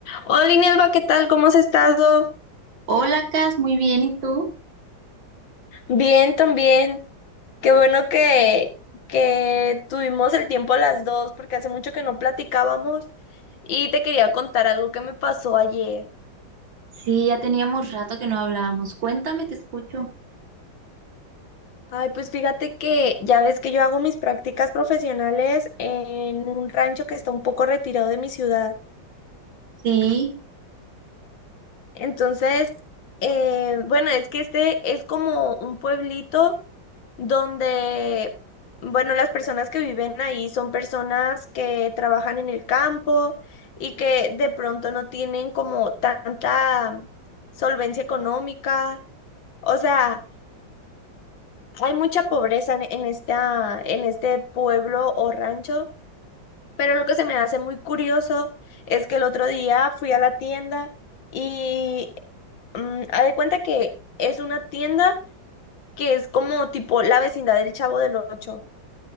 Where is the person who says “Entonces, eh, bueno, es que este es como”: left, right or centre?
Left